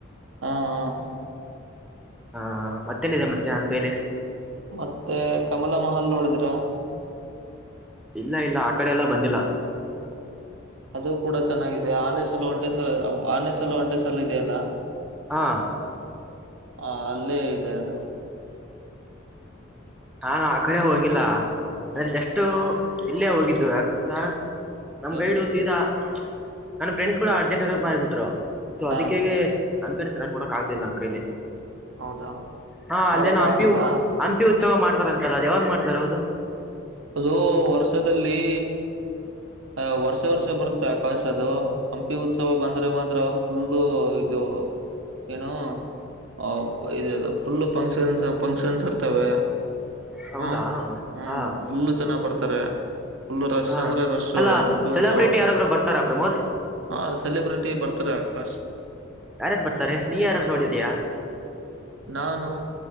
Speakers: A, on the right; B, in the centre.
A: ಹಾ ಹಾ...
B: ಹಾ ಹಾ ಮತ್ತೇನಿದೆ ಮತ್ತೆ ಹಂಪಿಯಲ್ಲಿ.
A: ಮತ್ತೆ ಕಮಲಾ ಮಹಲ್ ನೋಡಿದಿರಾ.
B: ಇಲ್ಲ ಇಲ್ಲ ಆ ಕಡೆ ಎಲ್ಲಾ ಬಂದಿಲ್ಲ..
A: ಅದು ಕೂಡ ಚೆನ್ನಾಗಿದೆ ಆನೆ ಸಾಲು ಒಂಟೆ ಆನೆ ಸಾಲು ಒಂಟೆ ಸಾಲು ಇದೆಯಲ್ಲ.
B: ಹಾ.
A: ಹಾ ಅಲ್ಲೇ ಇದೆ ಅದು.
B: ನಾನು ಆ ಕಡೆ ಹೋಗಿಲ್ಲ ಅಂದ್ರೆ
A: ಹ್ಮ್
B: ಜಸ್ಟು ಇಲ್ಲೇ ಹೋಗಿದ್ದು ಯಾಕ್ ಗೊತ್ತಾ. ನಮ್
A: ಎಲ್ಲಿ
B: ಗೈಡು ಸೀದಾ ನನ್ ಫ್ರೆಂಡ್ಸ್ ಕೂಡ ಅರ್ಜೆಂಟ್ ಮಾಡ್ಬಿಟ್ರು ಸೊ
A: ಹಾ
B: ಅದಕ್ಕೇಗೆ. ಹಂಪಿನ ಚೆನ್ನಾಗ್ ನೋಡಕ್ ಆಗಲಿಲ್ಲ ನಮ್ ಕೈಲಿ
A: ಹೌದಾ
B: ಹಾ ಅಲ್ಲೇನ
A: ನೋಡಕ್
B: ಹಂಪಿವೂ
A: ಆಗ್ಲಿಲ್ಲ
B: ಹಂಪಿವೂ ಉತ್ಸವ ಮಾಡ್ತಾರ ಅಂತಲ್ಲ ಅದು ಯಾವಾಗ ಮಾಡ್ತಾರೆ ಹೌದು?
A: ಅದು ವರ್ಷದಲ್ಲಿ...... ಹಾ ವರ್ಷ ವರ್ಷ ಬರುತ್ತೆ ಆಕಾಶ್ ಅದು ಹಂಪಿ ಉತ್ಸವ ಬಂದ್ರೆ ಮಾತ್ರ ಫುಲ್ಲು ಇದು. ಏನೋ ಆ ಇದು ಇದು ಫುಲ್ ಫಂಕ್ಷನ್ಸ್ ಫಂಕ್ಷನ್ಸ್ ಇರ್ತಾವೆ.
B: ಹೌದಾ
A: ಹ್ಮ ಹ್ಮ
B: ಹಾ
A: ಫುಲ್ಲು ಜನಾ ಬರ್ತಾರೆ. ಫುಲ್ಲು ರಶ್
B: ಹಾ
A: ಅಂದ್ರೆ ರಶ್
B: ಅಲ್ಲಾ
A: ಹಂಪಿ
B: ಸೆಲೆಬ್ರಿಟಿ
A: ಉತ್ಸವ.
B: ಯಾರಾದ್ರು ಬರ್ತಾರಾ ಪ್ರಮೋದ್
A: ಹಾ! ಸೆಲೆಬ್ರಿಟಿ ಬರ್ತಾರೆ ಆಕಾಶ್.
B: ಯಾರ್ ಯಾರ್ ಬರ್ತಾರೆ ನೀವು ಯಾರನ್ನು ನೋಡಿದಿಯ.
A: ಹ ನಾನು